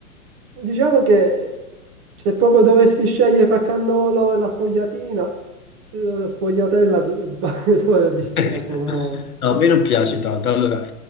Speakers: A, on the right; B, on the left.
A: Diciamo che se proprio dovessi scegliere fra cannolo e la sfogliatina, eh, la sfogliatella, <laughs> eh, poi c'è
B: <laughs>
A: proprio...
B: No,
A: <laughs>
B: a me non piace tanto. Allora,